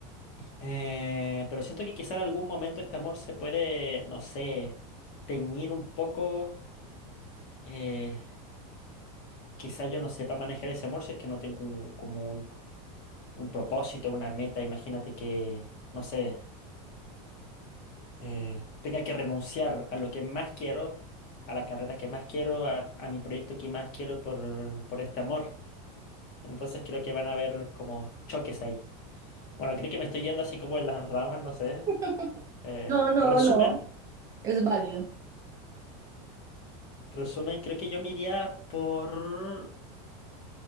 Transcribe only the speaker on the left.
Eh, pero siento que quizá en algún momento este amor se puede, no sé, teñir un poco. eh, quizá yo no sepa manejar ese amor si es que no tengo un- como un, un propósito, una meta. Imagínate que, no sé, eh, tenga que renunciar a lo que más quiero, a la carrera que más quiero, a, a mi proyecto que más quiero por, por este amor. Entonces creo que van a haber como choques ahí. Bueno, creo que me estoy yendo así como en las ramas, no sé.
Eh,
resumen,
resumen, creo que yo me iría por,